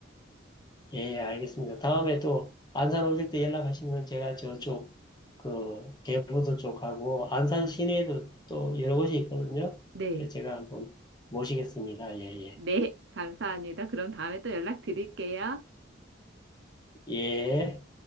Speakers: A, on the left; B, on the right.
A: 예, 알겠습니다. 다음에 또 안산 오실 때 연락하시면 제가 저쪽 그 개부도 쪽하고 안산 시내에도 또 여러 곳이 있거든요.
B: 네.
A: 그래서 제가 한번 모시겠습니다. 예, 예.
B: 네, 감사합니다. 그럼 다음에 또 연락드릴게요.
A: 예.